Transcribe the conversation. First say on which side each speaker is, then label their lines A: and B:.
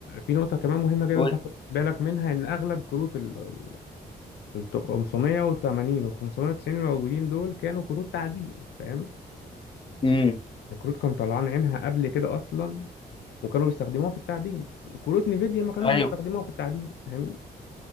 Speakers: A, on the left; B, on the left.
A: في نقطه كمان مهمه جدا
B: قول
A: لازم تاخد بالك منها ان اغلب كروت ال ال- ال- 580 و 590 الموجودين دول كانوا كروت تعدين فاهم
B: امم
A: الكروت كان طلعان عينها قبل كده اصلا وكانوا بيستخدموها في التعدين كروت نيفيديا ما كانوش
B: ايوه
A: بيستخدموها في التعدين فاهمني